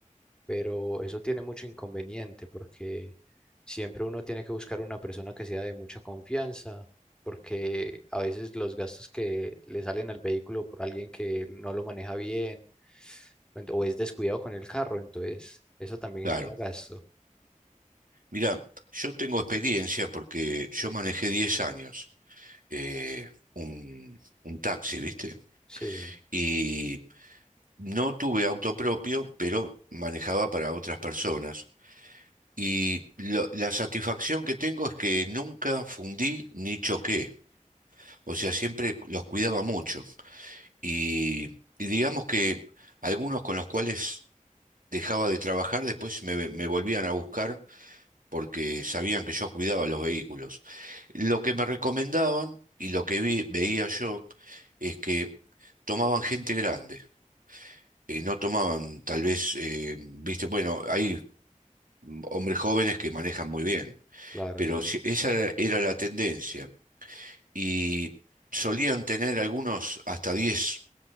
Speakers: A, in the centre; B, on the right.
A: pero eso tiene mucho inconveniente porque siempre uno tiene que buscar una persona que sea de mucha confianza, porque a veces los gastos que le salen al vehículo por alguien que no lo maneja bien ent- o es descuidado con el carro, entonces eso también
B: Claro.
A: genera gasto.
B: Mira, yo tengo experiencia porque yo manejé diez años eh, un, un taxi, ¿viste?
A: Sí,
B: Y no tuve auto propio, pero manejaba para otras personas. Y lo- la satisfacción que tengo es que nunca fundí ni choqué. O sea, siempre los cuidaba mucho. Y, y digamos que algunos con los cuales dejaba de trabajar, después me, me volvían a buscar porque sabían que yo cuidaba los vehículos. Lo que me recomendaban y lo que vi- veía yo es que tomaban gente grande, eh, no tomaban tal vez, eh, viste, bueno, hay mm, hombres jóvenes que manejan muy bien,
A: claro,
B: pero
A: sí.
B: si- esa era la tendencia. Y solían tener algunos hasta diez,